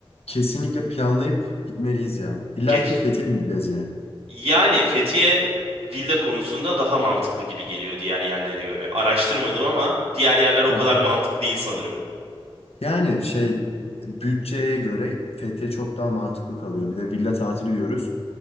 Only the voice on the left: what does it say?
kesinlikle planlayıp gitmeliyiz ya. İlla
ki Fethiye mi gideceğiz yine?
Hı
hı.
Yani şey, bütçeye göre Fethiye çok daha mantıklı kalıyor. Bir de villa tatili diyoruz.